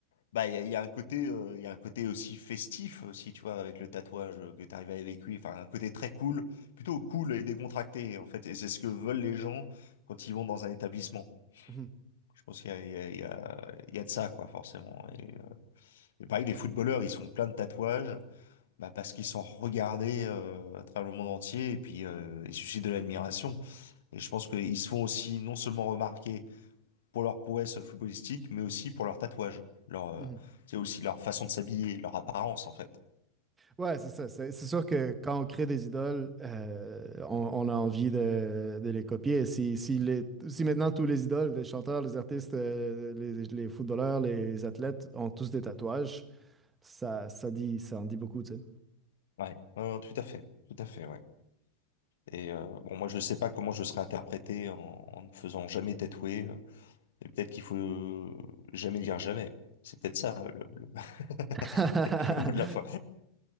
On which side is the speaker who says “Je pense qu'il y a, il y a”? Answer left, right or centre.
Left